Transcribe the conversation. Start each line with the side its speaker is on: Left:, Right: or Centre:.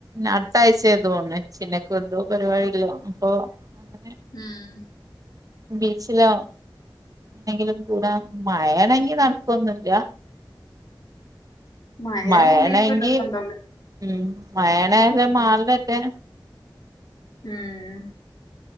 Right: അടുത്ത ആഴ്ച തോന്നുണെ ചിന്നക്ക് എന്തോ പരിപാടികളാ അപ്പൊ അങ്ങനെ
Left: ഉം
Right: ബീച്ചിലോ എന്നെങ്കിലും കൂടാം മഴയാണെങ്കി നടക്കുവൊന്നുവില്ല
Left: മഴ
Right: മഴയാണെങ്കി
Left: ആയ ബീച്ചും ഒരു രസം ഉണ്ടാവൂല
Right: ഉം മയെണെറ്റെ മാൾന്റെറ്റെ
Left: ആഹ്